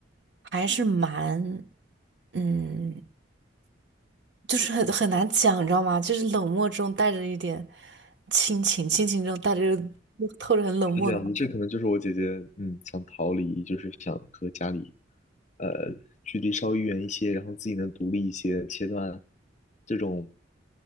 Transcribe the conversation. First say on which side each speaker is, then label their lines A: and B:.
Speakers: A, on the right; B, on the left.
A: 还是蛮，嗯，就是很很难讲，你知道吗？就是冷漠中带着一点亲情，亲情中带着透着很冷漠的。
B: 是这样的，这可能就是我姐姐，嗯，想逃离，就是想和家里，呃，距离稍微远一些，然后自己能独立一些，切断这种